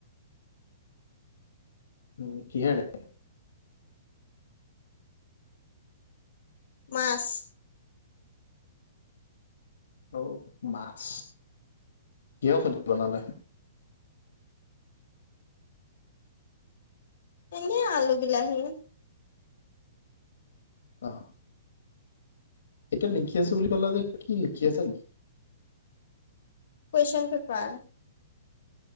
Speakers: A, on the left; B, on the left.
A: উম, কি হেৰে?
B: মাছ।
A: অ', মাছ। কিয় সুধি বনালে?
B: এনে আলু বিলাহী।
A: অ', এতিয়া লিখি আছোঁ বুলি কলা যে কি লিখি আছা?
B: Question paper.